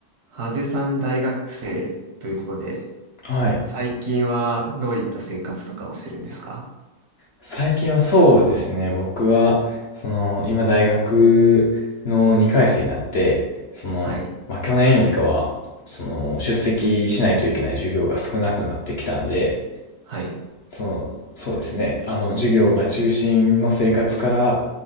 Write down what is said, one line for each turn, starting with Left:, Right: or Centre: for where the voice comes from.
Right: ハゼさん大学生ということで、
Left: はい。
Right: 最近はどういった生活とかをしてるんですか
Left: 最近はそうですね。僕は、その、今大学の2回生になって、その、
Right: はい。
Left: まあ、去年よりかは、その、出席しないといけない授業が少なくなってきたんで、
Right: はい。
Left: その、そうですね。あの、授業が中心の生活から、